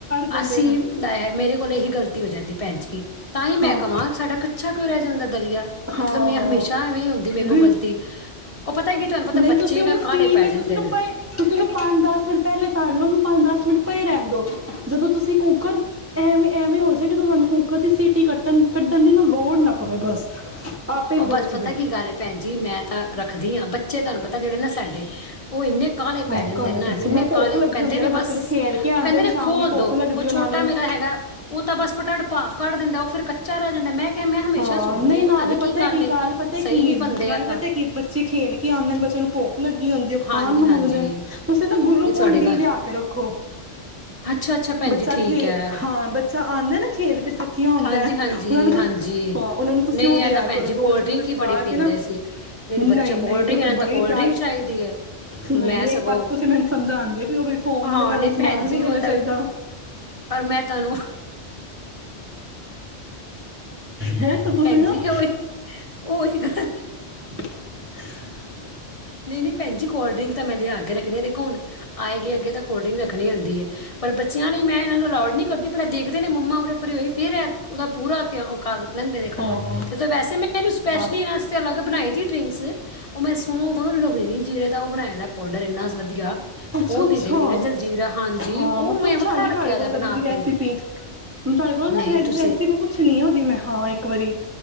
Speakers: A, on the right; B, on the left.
A: ਦਿੰਦੇ
B: ਅਸੀਂ
A: ਨੇ
B: ਦਾ ਹੈ ਮੇਰੇ ਕੋਲ ਹੋ ਜਾਂਦੀ ਭੈਣਚ ਤਾਂ ਹੀ ਮੈਂ
A: ਹਾਂ
B: ਕਹਾਂ ਸਾਡਾ ਕਛਾ ਕਿਉਂ ਰਹਿ ਜਾਂਦਾ ਦਲੀਆ ਮਤਲਬ
A: ਹਾਂ
B: ਮੈਂ ਹਮੇਸ਼ਾ ਐਵੇਂ ਹੀ ਹੁੰਦੀ ਮੇਰੇ ਕੋਲ
A: ਬਿਲੁ
B: ਗ਼ਲਤੀ ਉਹ ਪਤਾ ਕੀ ਤੁਹਾਨੂੰ ਪਤਾ
A: ਨਹੀਂ
B: ਬੱਚੇ
A: ਤੁਸੀਂ ਉਹਨੂੰ
B: ਨਾ
A: ਸਟੀਮ
B: ਕਾਹਲੇ ਪੈ
A: ਹੈ
B: ਜਾਂਦੇ
A: ਤੁਸੀਂਨੂੰ
B: ਨੇ
A: ਪਏ ਤੁਸੀਂ ਉਹਨੂੰ ਪੰਜ ਦਸ ਮਿੰਟ ਪਹਿਲੇ ਤ ਲੋ ਨੂੰ ਪੰਜ ਦਸ ਮਿੰਟ ਪਏ ਰਹਿਣ ਦੋ ਜਦੋਂ ਤੁਸੀਂ ਕੁੂੱਕਰ ਐਵੇਂ ਐਵੇਂ ਹੋ ਜਾੇ ਕਿ ਤੁਹਾਨੂੰ ਕੁੂੱਕਰ ਦੀ ਸੀਟੀ ਕੱਟਣ ਕੱਢਣ ਦੀ ਨਾ ਲੋੜ ਨਾ ਪਵੇ ਬਸ <unintelligible>
B: ਉਹ ਬਸ ਪਤਾ
A: ਜਾਵੇ
B: ਕੀ ਗਾਹੇ ਭੈਣ ਜੀ ਮੈਂ ਤਾਂ ਰੱਖਦੀ ਹਾਂ ਬੱਚੇ ਤੁਹਾਨੂੰ ਪਤਾ ਜਿਹੜੇ ਨਾ ਸਾਡੇ ਉਹ ਇੰਨੇ ਕਾਲੇ
A: ਹਾਂ
B: ਪੈ ਜਾਂਦੇ
A: ਕਾਲੇ
B: ਨਾ
A: ਪੈਸੇ
B: ਇੰਨੇ
A: ਬ ਭੁੱਖ
B: ਕਾਲੇ
A: ਲੱਗੀ
B: ਉਹ ਕਹਿੰਦੇ
A: ਹੁੰਦੀ
B: ਨੇ
A: ਨਾ ਬੱਚੇ
B: ਬਸ
A: ਨੂੰ ਖੇਲ ਕੇ ਆਉਂਦੇ
B: ਉਹ ਕਹਿੰਦੇ ਨੇ
A: ਸ਼ਾਮੀ
B: ਖੋਲ
A: ਭੁੱਖ
B: ਦੋ
A: ਲੱਗਦੀ
B: ਉਹ
A: ਉਹਨਾਂ
B: ਛੋਟਾ
A: ਨੂੰ
B: ਮੇਰਾ ਹੈਗਾ ਉਹ ਤਾਂ ਬਸ ਫਟਾਟ ਪਾਾ ਕੱਢ ਦਿੰਦਾ ਫਿਰ ਕੱਚਾ ਰਹਿ ਜਾਂਦਾ ਮੈਂ ਕਿਹਾ ਮੈਂ ਹਮੇਸ਼ਾ
A: ਹਾਂ
B: ਸੋਚਦੀ
A: ਨਹੀਂ
B: ਪਤਾ
A: ਨਾਲੇ
B: ਨੀ
A: ਪ ਤਾ ਕੀ
B: ਏ
A: ਗੱਲ ਪਤਾ
B: ਸਹੀ
A: ਕੀ
B: ਨੀ ਬਣਦੇ
A: ਗੱਲ
B: ਆ ਤਾਂ
A: ਪਤਾ ਕੀ ਬੱਚੇ ਖੇਲ ਕੇ ਆਉਂਦੇ ਬੱਚਿਆਂ ਨੂੰ ਭੁੱਖ ਲੱਗੀ ਖਾਣ
B: ਹਾਂਜੀ-ਹਾਂਜੀ,
A: ਨੂੰ ਮੰਗਦੇ ਨੇ ਤੁਸੀਂ ਨਾ ਗਲੂਕੋਨ
B: ਨਹੀਂ ਤੁਹਾਡੇ
A: ਡੀ
B: ਗੱਲ
A: ਲਿਆ ਕੇ ਰੱਖੋ
B: ਅੱਛਾ-ਅੱਛਾ ਭੈਣ
A: ਬੱਚਾ
B: ਜੀ ਠੀਕ
A: ਖੇ
B: ਐ।
A: ਹਾਂ ਬੱਚਾ ਆਉਂਦਾ ਨਾ ਖੇਲ ਕੇ ਚੱਕੀਆਂ ਹੁੰਦਾ
B: ਹਾਂਜੀ-ਹਾਂਜੀ,
A: ਹੈ ਉਹਨਾਂ ਨੂੰ
B: ਹਾਂਜੀ ਹਾਂਜੀ
A: ਹਾਂ ਉਹਨਾਂ ਨੂੰ ਤੁਸੀਂ
B: ਨਹੀਂ
A: ਉਹ
B: ਇਹ
A: ਦਿਆ
B: ਤਾਂ ਭੈਣ
A: ਕਰੋ
B: ਜੀ
A: ਦੋ
B: ਕੋਲਡ
A: ਚਮਚ
B: ਡਰਿੰਕ ਹੀ
A: ਪਾ
B: ਬੜੀ ਪੀਂਦੇ
A: ਕੇ ਨਾ
B: ਸੀ। ਨਹੀਂ
A: ਨਹੀਂ
B: ਬੱਚੇ ਕੋਲਡ
A: ਨਹੀਂ
B: ਡਰਿੰਕ
A: ਤੂੰ
B: ਇਹਨਾਂ
A: ਤਾਂ
B: ਨੂੰ
A: ਬੜੇ
B: ਕੋਲਡ
A: ਡਏ
B: ਡਰਿੰਕ ਚਾਹੀਦੀ ਐ, ਹੁਣ
A: ਨਹੀਂ
B: ਮੈਂ
A: ਨਹੀਂ
B: ਸਗੋਂ
A: ਇੱਕ ਪਾਸੇ ਤੁਸੀਂ ਮੈਨੂੰ ਸਮਝਾਉਦੇ ਵੀ ਹੋ ਵੀ ਫੋਨ
B: ਹਾਂ
A: ਦੇ ਨਾਲ
B: ਨਹੀਂ
A: ਸਮਾਨ
B: ਭੈਣ ਜੀ
A: ਵੀ ਦੇਣਾ
B: ਉਹ
A: ਚਾਹੀਦਾ
B: ਤਾਂ ਪਰ ਮੈਂ ਤੁਹਾਨੂੰ
A: ਹੈਂ ਤੁਸੀਂ
B: ਭੈਣਜੀ
A: ਨਾ
B: ਉਹੀ ਉਹੀ ਗੱਲ
A: <unintelligible>
B: ਨਹੀਂ ਨਹੀਂ ਭੈਣਜੀ ਕੋਲਡਰਿੰਕ ਤਾਂ ਮੈਂ ਲਿਆ ਆ ਕੇ ਰੱਖਣੀ ਹ ਦੇਖੋ ਹੁਣ ਆਏ ਗਏ ਅੱਗੇ ਤਾਂ ਕੋਲਡ ਡਰਿੰਕ ਰੱਖਣੀ ਹੁੰਦੀ ਹੈ ਪਰ ਬੱਚਿਆਂ ਲਈ ਮੈਂ ਇਹਨਾਂ ਨੂੰ ਅਲਾਡ ਨਹੀਂ ਰਾ ਦੇਖਦੇ ਨੇ ਮੰਮਾ ਉਰੇ ਭਰੇ ਹੋਈ ਫਿਰਰ ਉਹਦਾ ਪੂਰਾ ਤਿਆਗ ਕਰ ਲੈਂਦੇ ਨੇ ਖਤਮ
A: ਹਾਂ
B: ਨਹੀਂ ਵੈਸੇ ਮੈਂ ਇਹਨੂੰ ਸਪੈਸ਼ਲੀ
A: ਬਸ
B: ਇਹਸਤੇ ਅਲੱਗ ਬਣਾਏ ਤ ਡਰਿੰਕਸ ਉਹ ਮੈਂ ਰਹੀਰੀ ਜੀਰੇ ਦਾ ਉਹ ਬਣਾਏ ਦਾ ਪਾਊਡਰ ਇੰਨਾ ਵਧੀਆ
A: ਅੱਛਾ
B: ਉਹ
A: ਅੱਛਾ
B: ਦੇ ਦਿੰਦੀ ਆ ਜਲਜੀਰਾ ਹਾਂਜੀ
A: ਹਾਂ
B: ਉਹ
A: ਮੈਂ ਪੁੱਛਾਂਗੀ
B: ਵੱਖਰਾ ਰੱਖਿਆ
A: ਤੁਹਾਡੇ ਕੋਲ
B: ਦਾ ਬਣਾ
A: ਕਦੇ ਦੀ ਰੈਸਪੀ
B: ਕੇ
A: ਤੁਹਾਡੇ ਕੋਲ
B: ਨਹੀਂ
A: ਨਾ ਰੈਸਪ
B: ਤੁਸੀਂ
A: ਪੁੱਛ ਨ ਹੋਦੀ ਮੈਂ ਹਾਂ ਇੱਕ ਵਾਰੀ